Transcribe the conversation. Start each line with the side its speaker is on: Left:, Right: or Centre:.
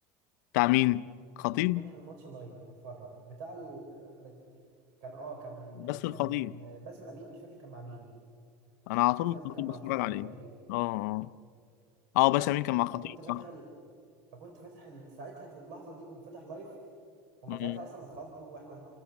Left: بتاع مين خطيب
Right: كنت فاتح الماتش لايف بتفرج بتاع ال... بت... كان اه كان
Left: بس الخطيب
Right: كان باسم امين مش فاكر كان مع مين
Left: انا على طول
Right: باسم امين
Left: الخطيب
Right: كان مع
Left: بتفرج
Right: الخطيب
Left: عليه
Right: تقريبا
Left: اه اه اه باشا مين كان مع خطيب
Right: فكنت فاتح
Left: صح
Right: ال... فكنت فاتح ال... ساعتها في اللحظه دي كنت فاتح لايف هما
Left: مم.
Right: ساعتها اصلا اتخضوا واحنا